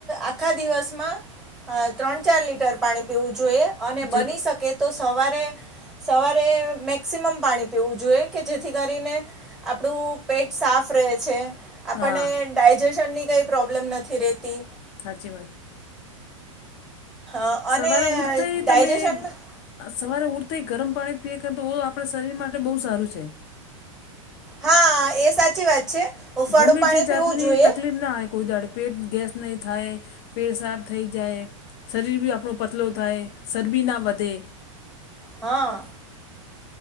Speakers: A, in the centre; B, on the left.
A: આખા દિવસમાં અ ત્રણ ચાર લીટર પાણી પીવું જોઈએ અને
B: જરૂર
A: બની શકે તો સવારે સવારે મેક્સિમમ પાણી પીવું જોઈએ કે જેથી કરીને આપણું પેટ સાફ રહે છે આપણને
B: હા
A: ડાયજેશનની કંઈ પ્રોબ્લેમ નથી રહેતી
B: સાચ વાત
A: અ
B: સવારે
A: અને
B: ઉઠતા
A: ડાયજેશનમાં
B: તમે આ સવારે ઉઊઠતા ગરમ પાણી પીએ કાર તો આપણા શરીર માટે બહુ સારું છે
A: હા એ સાચી વાત છે હૂંફાળું
B: ગમે
A: પાણી
B: તે જાતની
A: પીવું જોઈએ
B: તકલીફ ના આવે કોઈ જાાડે પેટ ગેસ નહીં થાય પેટ સાફ થઈ જાય શરીર બી આપણો પતલો થાય શરબી ના વધે
A: હા,